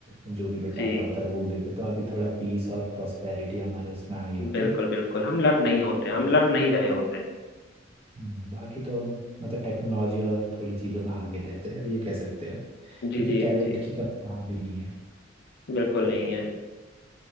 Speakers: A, on the right; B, on the left.
A: जो भी बंटवारा
B: जी
A: होता रोक देते तो अभी थोड़ा पीस और प्रोस्पेरिटी हमारे उसमें आई होती
B: बिल्कुल बिल्कुल हम लर्न नहीं
A: बाकी
B: होते
A: तो
B: हम लर्न नहीं रहे होते
A: हम्म, बाकी तो हम मतलब टेक्नोलॉजी और थोड़ी चीज़ों में आगे रहते हैं ये कह सकते हैं हम
B: जी
A: क्योंकि
B: जी
A: टैलेंट
B: जी
A: की कमी वहाँ भी नहीं है
B: बिल्कुल नहीं है